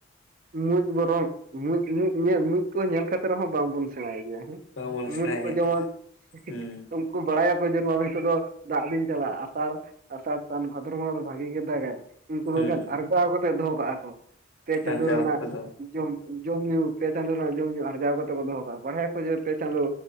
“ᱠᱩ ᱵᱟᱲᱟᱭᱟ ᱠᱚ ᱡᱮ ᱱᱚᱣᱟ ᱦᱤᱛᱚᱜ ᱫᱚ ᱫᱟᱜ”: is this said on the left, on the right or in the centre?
Right